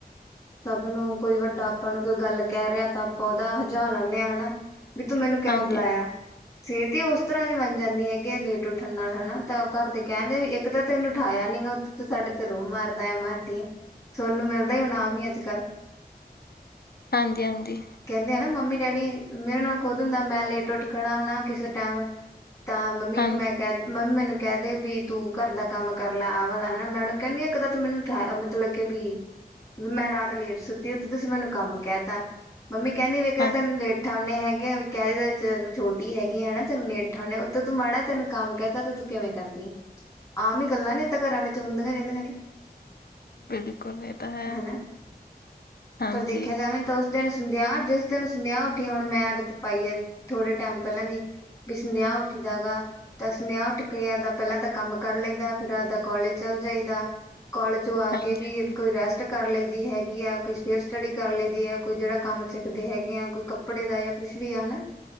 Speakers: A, on the left (about 20°); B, on the left (about 70°).
A: ਸਭ ਨੂੰ ਕੋਈ ਵੱਡਾ ਆਪਾਂ ਨੂੰ ਕੋਈ ਗੱਲ ਕਹਿ ਰਿਹਾ ਤਾਂ ਆਪਾਂ ਉਹਦਾ ਹਜਾ ਲਾਦੇ ਹਾਂ ਹਨਾ ਵੀ ਤੂੰ ਮੈਨੂੰ ਕਿਉਂ
B: ਹਾਂਜੀ
A: ਬੁਲਾਇਆ ਸਿਹਤ ਹੀ ਉਸ ਤਰ੍ਹਾਂ ਦੀ ਬਣ ਜਾਂਦੀ ਹੈਗੀ ਆ ਲੇਟ ਉੱਠਣ ਨਾਲ ਹਨਾ ਤਾਂ ਘਰ ਦੇ ਕਹਿਣਦੇ ਵੀ ਇੱਕ ਤਾਂ ਤੈਨੂੰ ਉਠਾਇਆ ਨੀ ਤੂੰ ਸਾਡੇ ਧਰੋਂ ਮਾਰਦਾ ਆ ਮਾਰਦੀ ਆ। ਤੁੋਨੂੰ ਮਿਲਦਾ ਉਹਨਾਮ ਹੀ ਅੱਜ ਕੱਲ
B: ਹਾਂਜੀ ਹਾਂਜੀ।
A: ਕਹਿੰਦੇ ਆ ਨਾ ਮੰਮੀ ਡੈਡੀ ਮੇਰੇ ਨਾਲ ਖੁਦ ਹੁੰਦਾ ਮੈਂ ਲੇਟ ਉੱਠ ਖਣਾ ਹੈ ਕਿਸੇ ਟਾਈਮ ਤਾਂ ਮੰਮੀ
B: ਹਾਂਜੀ
A: ਨੂੰ ਮੈਂ ਕਹਿ ਮੰਮੀ ਮੈਨੂੰ ਕਹਿ ਦੇ ਵੀ ਤੂੰ ਘਰ ਦਾ ਕੰਮ ਕਰ ਲੈ ਆ ਵਾਲਾ ਹਨਾ ਮੈਂ ਉਹਨੂੰ ਕਹਿੰਦੀ ਇੱਕ ਤਾਂ ਤੂੰ ਮੈਨੂੰ ਠ ਮਤਲਬ ਕੇ ਵੀ ਵੀ ਮੈਂ ਰਾਤ ਲੇਟ ਸੁੱਤੀ ਤੁਸੀਂ ਮੈਨੂੰ ਕੰਮ ਕਹਿ ਤਾ ਮੰਮੀ ਕਹਿੰਦੀ ਵੇਖਿਆ
B: ਹਾਂਜੀ
A: ਤੈਨੂੰ ਲੇਟ ਉਠਾਉਂਦੇ ਹੈਗੇ ਵੀ ਕਹਿੰਦੇ ਤ ਛੋਟੀ ਹੈਗੀ ਆ ਹੈ ਨਾ ਤੈਨ ਲੇ ਉਠਾਉਂਦੇ ਉੱਤੇ ਤੂੰ ਮਾੜਾ ਤੈਨ ਕੰਮ ਕਹਿ ਤਤਾ ਤੂੰ ਕਿਵੇਂ ਕਰਦੀਆਂ ਆਮ ਹੀ ਗੱਲਾਂ ਨੇ ਤਾਂ ਘਰਾਂ ਵਿੱਚ ਹੁੰਦੀਆਂ ਰਹਿੰਦੀਆਂ ਨੇ
B: ਬਿਲਕੁਲ ਨਹੀਂ ਤਾਂ ਹੈ।
A: ਹਨਾ
B: ਹਾਂਜੀ
A: ਪਰ ਦੇਖਿਆ ਜਾਵੇ ਤਾਂ ਉਸ ਤੈਨ ਸੰਦਿਆ ਜਿਸ ਤੈਨ ਸੰਦਿਆ ਉੱਠੀ ਹੁਣ ਮੈਂ ਆਦਤ ਪਾਈ ਹੈ ਥੋੜੇ ਟਾਈਮ ਪਹਿਲਾਂ ਦੀ ਵੀ ਸੰਦੇਹਾ ਉੱਠੀਦਾ ਗਾ ਤਾਂ ਸੁਨੇਹਾ ਉੱਠ ਕੇ ਆਪਦਾ ਪਹਿਲਾਂ ਤਾਂ ਕੰਮ ਕਰ ਲਈਦਾ ਫਿਰ ਆਪਦਾ ਕੋਲਜ ਚੱਲ ਜਾਈਦਾ ਕੋਲਜ ਚ ਆ
B: ਹਾਂਜੀ
A: ਕੇ ਵੀ
B: ਹਾਂਜੀ
A: ਕੋਈ ਰੈਸਟ ਕਰ ਲਈ ਦੀ ਹੈਗੀ ਆ ਕੋਈ ਫੇਰ ਸਟੱਡੀ ਕਰ ਲਈ ਦੀ ਆ ਕੋਈ ਜਿਹੜਾ ਕੰਮ ਸਿੱਖਦੇ ਹੈਗੇ ਆ ਕੋਈ ਕੱਪੜੇ ਦਾ ਜਾਂ ਕੁਛ ਵੀ ਆਾ